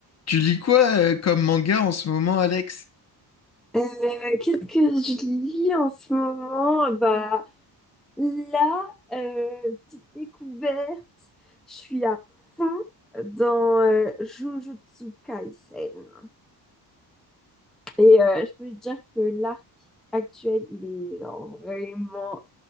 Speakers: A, on the left; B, in the centre.
A: Tu lis quoi euh, comme manga en ce moment, Alex?
B: Euh, qu'est-ce que je lis en ce moment? Bah là, euh, petite découverte, je suis à fond dans euh, Jujutsu Kaisen. Et euh, je peux te dire que l'arc actuel, il est genre vraiment